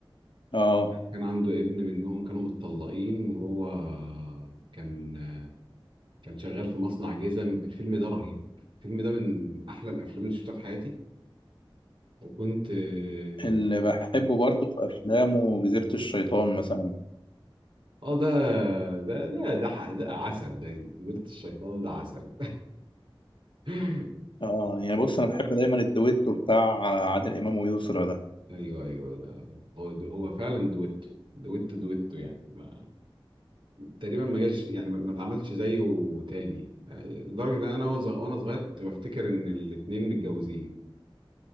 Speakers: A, on the left; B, on the right.
A: اه
B: كان عنده ابن منهم كانوا متطلقين وهو كان كان شغال في مصنع جزم الفيلم ده رهيب الفيلم ده من احلى الافلام اللي شفتها في حياتي وكنت اه
A: اللي بحبه برضه في أفلامه جزيرة الشيطان مثلا
B: آه، ده ده ده ده ح- ده عسل ده جبلة الشيطان ده عسل <laughs>
A: اه يعني بص أنا بحب دايما الدويتو بتاع عادل إمام ويسرا ده
B: ايوه ايوه ده هو ده هو فعلا دويتو دويتو دويتو يعني ما تقريبا ما جاش يعني ما ما اتعملش زيه تاني يعني لدرجه ان انا وز- وانا صغير كنت بفتكر ان الاتنين متجوزين